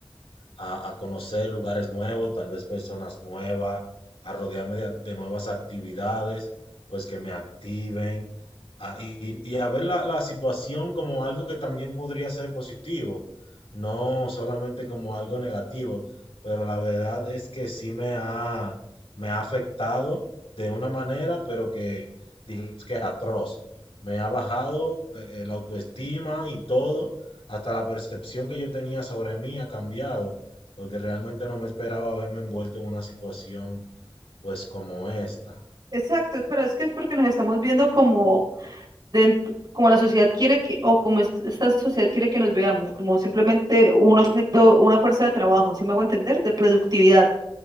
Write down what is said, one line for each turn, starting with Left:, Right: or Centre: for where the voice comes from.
Left: a, a conocer lugares nuevos, tal vez personas nuevas, a rodearme de, de nuevas actividades, pues que me activen, a- y, y a ver la, la situación como algo que también podría ser positivo, no solamente como algo negativo, pero la verdad es que sí me ha, me ha afectado de una manera, pero que digamos que atroz. Me ha bajado eh, eh, la autoestima y todo, hasta la percepción que yo tenía sobre mí ha cambiado porque realmente no me esperaba verme envuelto en una situación pues como esta.
Right: Exacto, pero es que es porque nos estamos viendo como dentro, como la sociedad quiere que, o como est- esta sociedad quiere que nos veamos, como simplemente un objeto, una fuerza de trabajo, ¿sí me hago entender? De productividad.